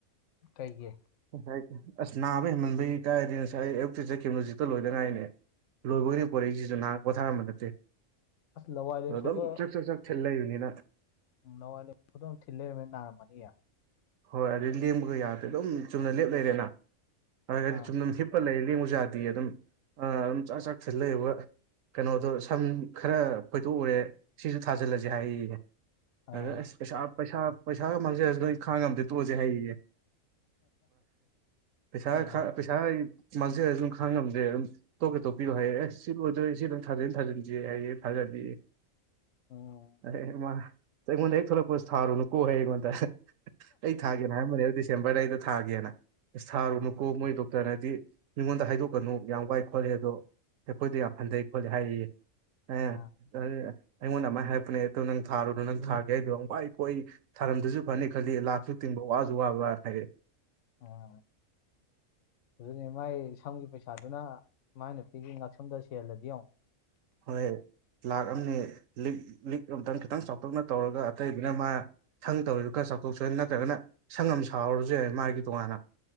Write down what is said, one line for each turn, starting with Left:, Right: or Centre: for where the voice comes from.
Left: ꯀꯩꯒꯤ
Right: ꯉꯁꯥꯏ ꯑꯁ ꯅꯥꯕ ꯍꯦꯃꯟꯕꯩ ꯀꯥꯏꯔꯗꯤ ꯉꯁꯥꯏ ꯑꯌꯨꯛꯇ ꯀꯦꯂꯣꯖꯤꯛꯇ ꯂꯣꯏꯅꯉꯥꯏꯅꯦ ꯂꯣꯏꯕꯣꯏ ꯄꯣꯣꯔꯛꯏꯁꯤꯁꯨ ꯅꯍꯥꯛ ꯄꯣꯊꯥꯔꯝꯕ ꯅꯠꯇꯦ
Left: ꯑꯁ ꯂꯋꯥꯏ ꯂꯦꯝꯐꯨꯗꯣ
Right: ꯑꯗꯨꯝ ꯆꯦꯛ ꯆꯥꯛ ꯆꯥꯛ ꯊꯜ ꯂꯩꯕꯅꯤꯅ
Left: ꯎꯝ ꯅꯋꯥꯏꯅ ꯐꯗꯝ ꯊꯤꯜ ꯂꯩꯔꯝꯃꯦꯅ ꯅꯥꯔꯝꯃꯅꯤ ꯌꯥ
Right: ꯍꯣꯏ ꯑꯗꯨꯗꯤ ꯂꯦꯡꯕꯒ ꯌꯥꯗ꯭ꯔꯦ ꯑꯗꯨꯝ ꯆꯨꯝꯅ ꯂꯦꯞ ꯂꯩꯔꯦꯅ ꯑꯗꯨꯗꯤ
Left: ꯑꯥ
Right: ꯆꯨꯝꯅ ꯍꯞ ꯂꯩ ꯂꯦꯡꯉꯖꯥꯗꯤ ꯑꯗꯨꯝ ꯑꯗꯨꯝ ꯆꯥꯛ ꯆꯥꯛ ꯊꯤꯜ ꯂꯩꯕ ꯀꯩꯅꯣꯗꯣ ꯁꯝ ꯈꯔ ꯈꯣꯏꯊꯣꯛꯎꯔꯦ ꯁꯤꯁꯨ ꯊꯥꯖꯤꯜꯂꯁꯦ ꯍꯥꯏꯌꯦ
Left: ꯑꯥ
Right: ꯑꯗ ꯑꯁ ꯄꯩꯁꯥ ꯄꯩꯁꯥ ꯄꯩꯁꯥꯒ ꯃꯥꯡꯖꯔꯁꯨ ꯅꯣꯏ ꯈꯥꯡꯉꯝꯗꯦ ꯇꯣꯛꯑꯁꯦ ꯍꯩꯌꯦꯦ ꯄꯩꯁꯥ
Left: ꯑꯥ
Right: ꯄꯩꯁꯥ ꯑꯩ ꯃꯥꯡꯖꯂꯁꯨ ꯑꯗꯨꯝ ꯈꯥꯡ ꯉꯝꯗꯦ ꯑꯗꯨꯝ ꯇꯣꯛꯀꯦ ꯇꯣꯛꯄꯤꯔꯣ ꯍꯥꯏꯌꯦ ꯑꯦꯁ ꯁꯤ ꯂꯣꯏꯗꯣꯏꯦ ꯁꯤ ꯅꯪ ꯊꯥꯖꯤꯟ ꯊꯥꯖꯤꯟꯁꯦ ꯍꯥꯏꯌꯦꯦ ꯊꯥꯖꯜꯂꯤꯦ
Left: ꯎꯝ
Right: ꯑꯦ ꯏ ꯃꯥ ꯑꯩꯉꯣꯟꯗ ꯍꯦꯛ ꯊꯣꯛꯂꯛꯄ ꯊꯥꯔꯨꯅꯨꯀꯣ ꯍ ꯑꯩꯉꯣꯟꯗ ꯑꯩ ꯊꯥꯒꯦꯅ ꯍꯥꯏꯔꯝꯕꯅꯦ ꯑꯗꯨ ꯗꯤꯁꯦꯝꯕꯔꯗꯩꯗ ꯊꯥꯒꯦꯅ ꯑꯁ ꯊꯥꯔꯨ
Left: ꯑꯥ
Right: ꯅꯨꯀꯣ ꯃꯣꯏꯗꯣ ꯑꯗꯨꯅꯗꯤ ꯃꯤꯉꯣꯟꯗ ꯍꯥꯏꯗꯣꯛꯀꯅꯨ ꯌꯥꯝ ꯋꯥꯏ ꯈꯣꯠꯂꯦ ꯑꯗꯣ ꯑꯩꯈꯣꯏꯗ ꯌꯥꯝ ꯍꯟꯊꯩ ꯈꯣꯠꯂꯦ ꯍꯥꯏꯌꯦ ꯑ
Left: ꯑꯥ
Right: ꯑꯗꯨ <inaudible> ꯑꯩꯉꯣꯟꯗ ꯑꯃ ꯍꯥꯏꯔꯛꯄꯅꯦ ꯅꯪ ꯊꯥꯔꯨꯅꯣ ꯅꯪ ꯊꯥꯒꯦ ꯍꯥꯢꯗꯣ ꯋꯥꯢ ꯄꯣꯏ ꯊꯥꯔꯝꯗꯔꯁꯨ ꯐꯅꯤ ꯈꯗꯤ ꯂꯥꯛꯁꯨ ꯇꯤꯟꯕ ꯋꯥꯁꯨ ꯋꯥꯕ ꯍꯥꯏꯔꯛꯌꯦ
Left: ꯑꯥ ꯑꯗꯨꯛꯅꯦ ꯃꯥꯏ ꯁꯝꯒꯤ ꯄꯩꯁꯥꯗꯨꯅ ꯃꯥꯏ ꯅꯨꯄꯤꯒꯤ ꯉꯛꯁꯝꯗ ꯁꯤꯍꯥꯜꯂꯗꯤ ꯌꯦꯡꯉꯨ
Right: ꯍꯣꯏ ꯂꯥꯛꯑꯅꯤ ꯂꯤꯛ ꯂꯤꯛ ꯑꯃꯝꯇꯪ ꯈꯤꯇꯪ ꯆꯥꯎꯇꯥꯛꯅ ꯇꯧꯔꯒ ꯑꯇꯩꯗꯨꯅ ꯃꯥ ꯁꯪ ꯇꯧꯔꯤꯗꯨ ꯈꯔ ꯆꯥꯎꯊꯣꯛꯆ ꯌꯥ ꯅꯠꯇ꯭ꯔꯒꯅ ꯁꯪ ꯑꯃ ꯁꯥꯥꯍꯥꯎꯔꯁꯨ ꯌꯥꯏ ꯃꯥꯒꯤ ꯇꯣꯉꯥꯟꯅ